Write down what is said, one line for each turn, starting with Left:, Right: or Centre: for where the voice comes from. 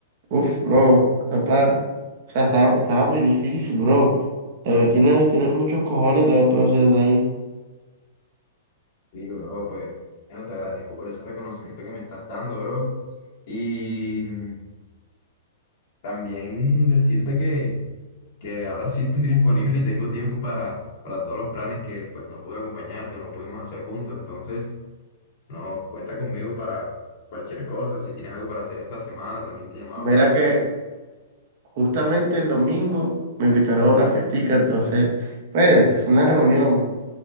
Right: Uf, bro, papá, o sea, estaba, estaba muy difícil, bro. Eh, tienes, tienes muchos cojones de haber podido salir de ahí.
Left: Y bro, pues bueno, te agradezco por ese reconocimiento que me estás dando, bro. Y mm, también decirte que... que ahora sí estoy <laughs> disponible y tengo tiempo para, para todos los planes que pues no pude acompañarte o no pudimos hacer juntos. Entonces, no, cuenta conmigo para cualquier cosa. Si tienes algo para hacer esta semana, también te llamaba
Right: Mira
Left: para...
Right: que justamente el domingo me invitaron a una fiestica, entonces, pues, una reunión.